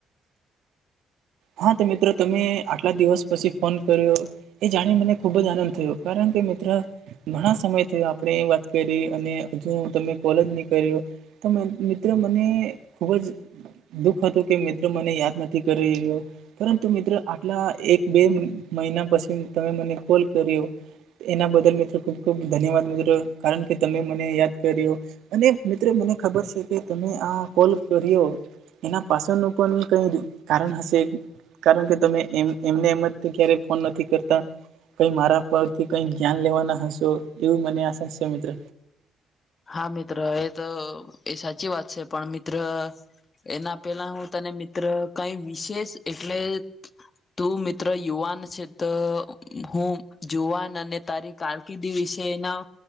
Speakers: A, on the right; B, on the left.
A: હા તો મિત્રો તમે આટલા દિવસ પછી ફોન કર્યો એ જાણી મને ખુબ જ આનંદ થયો કારણ કે મિત્ર ઘણા સમય થયો આપણે એ વાત કરી અને હજુ તમે કોલેજ નીકળ્યો તો મિત્ર મને ખુબ જ. દુઃખ હતું કે મિત્રો મને યાદ નથી કરી રહ્યો પરંતુ મિત્રો આટલા એક બે મહિના પછી તમે મને કોલ કર્યો એના બદલ મિત્રો ખૂબ ખૂબ ધન્યવાદ મિત્રો કારણ કે તમે મને યાદ કર્યો અને મિત્ર મને ખબર છે, કે તમે આ કોલ કર્યો એના પાછળનું પણ કઈ કારણ હશે કારણ કે તમે એ એમને એમ ક્યારેય ફોન નથી કરતા કઈ મારા પરથી કઈ જ્યાન લેવાના હશો એવી મને આશા છે મિત્ર.
B: હા મિત્ર એ તો એ સાચી વાત છે. પણ મિત્ર એના પેલા હું તને મિત્ર કઈ વિશેષ એટલે તું મિત્ર યુવાન છે તો હું જુવાન અને તારી કારકિર્દી વિશે એના